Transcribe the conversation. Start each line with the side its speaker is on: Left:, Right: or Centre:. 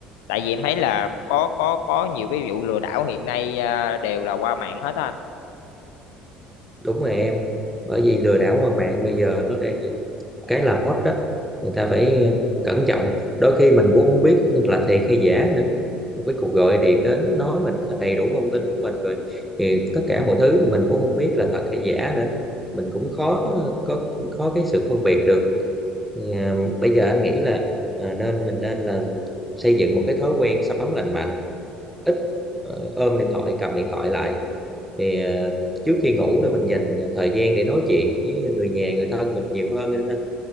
Left: tại vì em thấy là có có có nhiều cái vụ lừa đảo hiện nay à, đều là qua mạng hết á anh
Centre: đúng rồi em bởi vì lừa đảo qua mạng bây giờ nó đang là cái là hot đó người ta phải ờ, cẩn trọng đôi khi mình cũng không biết là thiệt hay giả nữa một cái cuộc gọi điện đến nói mình là đầy đủ thông tin của mình rồi thì tất cả mọi thứ mình cũng không biết là thật hay giả nữa mình cũng khó ờ, có khó cái sự phân biệt được Thì, à, bây giờ anh nghĩ là à, nên mình nên là xây dựng một cái thói quen sống lành mạnh ít ờ, ôm điện thoại cầm điện thoại lại thì, à, trước khi ngủ đó mình dành thời gian để nói chuyện với người nhà người thân mình nhiều hơn ha.